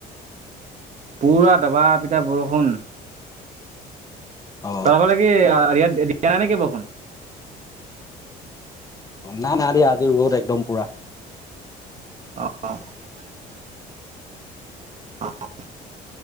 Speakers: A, on the right (about 45°); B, on the left (about 20°).
A: পুৰা দবা পিঠা বৰষুণ
B: অ
A: তাৰফালে কি দিয়া নাই নেকি বৰষুণ
B: নাই, নাই, দিয়া আজি ৰ'দ একদম পুৰা
A: অ', অ', -